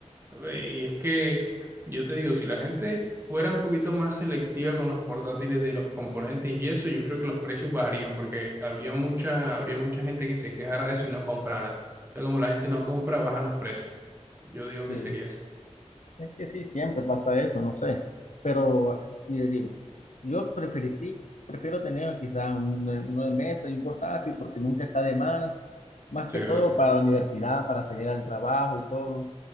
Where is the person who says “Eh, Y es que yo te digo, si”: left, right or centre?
Right